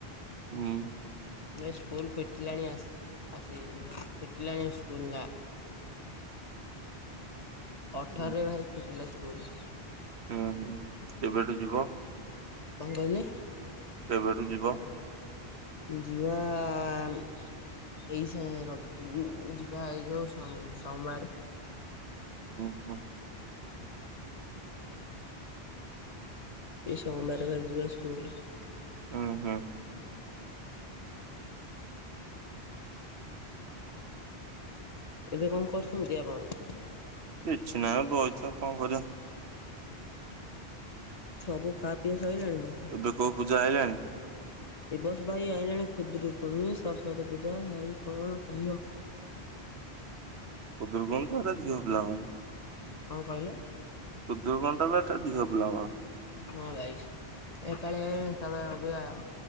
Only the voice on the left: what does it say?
ଏ ସ୍କୁଲ ଫିଟିଲାଣିସି ଆସି ଫିଟିଲାଣି ସ୍କୁଲ ନା ଅଠରରେ
ଭାଇ ଫିଟିଲା। କୁଲ
କଣ କହିଲେ?
ଯିବା ଏଇ ସ-ରବ ଉଁ, ଯିବା ଏଇ ଯୋଉ ସୋ ସୋମବାର
ଏ ସୋମବାର ଭାଇ ଯିବା ସ୍କୁଲ୍।
ଏବେ କଣ କରୁଛନ୍ତି ଆପଣ?
ସବୁ ଖା ପିଆ ସଇଲାଣି ନା
ଏ ବସ ଭାଇ ଆଇଲାଣି ଖୁଦ୍ରରୁକୁଣି, ସରସ୍ଵତୀ ପୂଜା ଭାଇ କଣ କହିବ।
କଣ କହିଲେ?
ହଁ ବାଇଶ ଏ କଳିଆ ବାଇ ତା ମା ଅବିକା